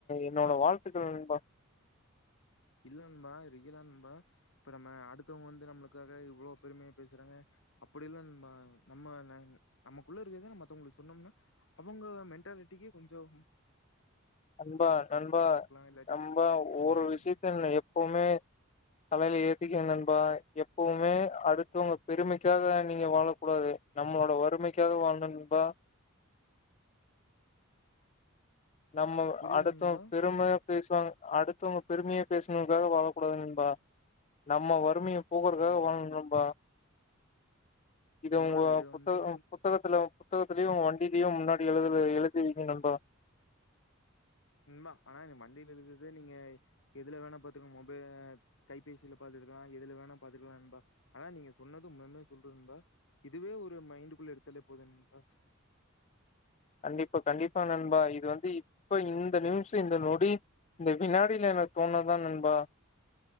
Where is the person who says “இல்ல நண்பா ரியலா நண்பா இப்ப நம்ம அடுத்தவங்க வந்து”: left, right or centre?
Left